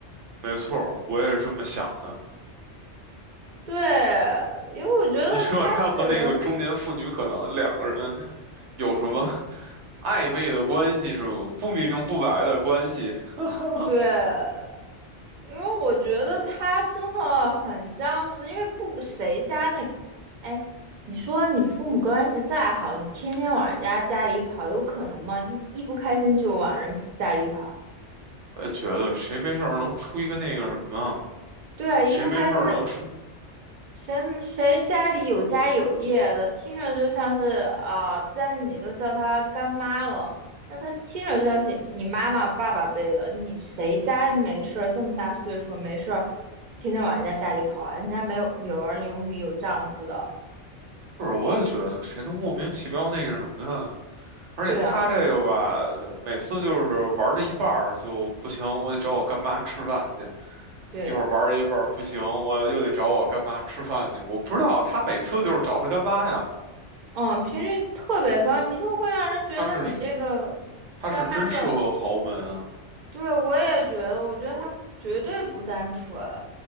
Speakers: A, on the right; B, on the right.
A: 没错儿我也是这么想的。
B: 对，因为我觉得他这个人，
A: 你说他和那个中年妇女可能两个人有什么 <laughs> 暧昧的关系是吗？不明不白的关系。<laughs>
B: 对，因为我觉得他真的很像是，因为不谁家那，哎，你说你父母关系再好，你天天往人家家里跑，有可能吗？一一不开心就往人家里跑，
A: 我也觉得谁没事儿能出一个那个什么啊，
B: 对啊，
A: 谁没事儿能出，
B: 一不开心，谁谁家里有家有业的，听着就像是啊，家里你都叫她干妈了，那她听着就像是你妈妈爸爸辈的。你谁家没事儿这么大岁数没事儿，天天往人家家里跑啊？人家没有有儿有女有丈夫的，
A: 不是？我也觉得谁能莫名其妙那个什么呀？而且他这个吧，
B: 对啊，
A: 每次就是玩到一半儿就不行，我得找我干妈吃饭去。
B: 对，
A: 一会儿玩到一半儿不行，我又得找我干妈吃饭去。我不知道他每次就是找他干妈呀，
B: 嗯，频率特别高，你就会让人觉得你这个
A: 他是。他是真适合豪门啊。
B: 干妈的对，我也觉得，我觉得他绝对不单纯。